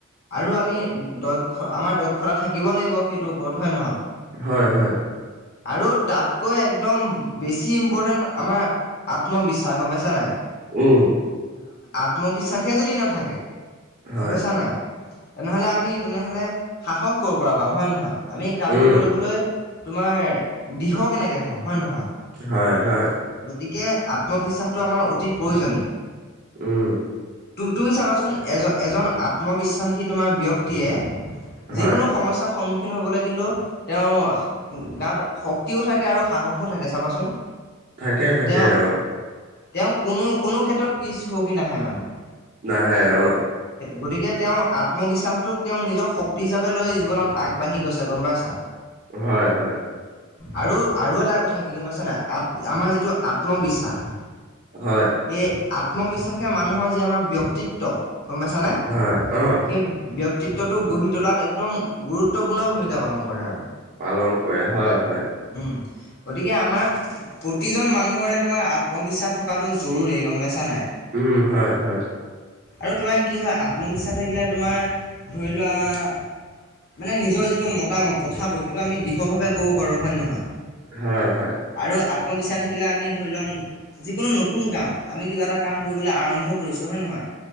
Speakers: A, on the left (about 50°); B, on the right (about 40°).
A: আৰু আমি- দক্ষ আমাৰ দক্ষতা থাকিব লাগিব সেইটো ওপৰত হয় ন হয়
B: হয় হয় <inaudible>
A: আৰু তাতকৈ একদম বেছি ইম্পৰ্টেণ্ট আমাৰ আত্মবিশ্বাস গম পাইছানে
B: উম <inaudible>
A: আত্মবিশ্বাসে যদি নাথাকে গম
B: হয়,
A: পাইছা নাই তেনেহলে আমি তেনেহলে সাহস কৰিব পৰা পাম হয়ে নহয় আমি কামটো
B: উম।
A: কৰিবলৈ- তোমাৰ দিৃহ কেনেকে হ'ম হয়ে নহয়
B: হয়, হয়,
A: গতিকে- আত্মবিশ্বাসটো আমাৰ অতি প্ৰয়োজনীয়
B: উম <inaudible>
A: তুমি চাবাচোন এজন এজন আত্মবিশ্বাসী তোমাৰ ব্যক্তিয়ে- যিকোনো
B: হয়,
A: সমস্যাৰ সন্মুখীন- স হ'বলৈ কিন্তু তেওঁ গাত শক্তিও থাকে আৰু সাহসো থাকে চাবাচোন
B: থাকে থাকে
A: তেওঁ
B: অ
A: তেওঁ কোনো কোনো ক্ষেত্ৰত পিছ হ কি নাহে মানে-
B: নাই হে অ
A: গতিকে তেওঁ আত্মবিশ্বাসটোক তেওঁ নিজৰ শক্তি হিচাপে লৈ জীৱনত আগবাঢ়ি গৈছে গম পাইছা
B: হয় হয়
A: আৰু আৰু এটা কথা কি গম পাইছ নাই আ- আমাৰ যিটো আত্মবিশ্বাস
B: হয় <inaudible>
A: এই আত্মবিশ্বাসে মানুহৰ যি আমাৰ ব্যক্তিত্ব গম পাইছানে
B: হয়, অ',
A: সেই ব্যক্তি - ক্তিত্বটো গঢ়ি তোলাত একদম গুৰুত্বপূৰ্ণ ভূমিকা পালন কৰে আৰু
B: পালন কৰে হয় হয় <inaudible>
A: উম, গতিকে আমাৰ প্ৰতিজন মানুহৰে তোমাৰ আত্মবিশ্বাস থকাটো জৰুৰী গম পাইছা নাই
B: উম, হয়, হয়,
A: আৰু তোমাৰ কি হয় আত্মবিশ্বাস থাকিলে তোমাৰ ধৰি লোৱা- মানে নিজৰ যিটো মতামত কথাটো সেইটো আমি দীঢ়ভাৱে ক'ব পাৰোঁ হয় নে নহয়?
B: হয় হয়।
A: আৰু আত্মবিশ্বাস থাকিলে আমি ধৰি লোৱাক যিকোনো নতুন কাম আমি কিবা এটা কাম কৰিবলৈ আৰম্ভ কৰিছোঁ হয় নহয়।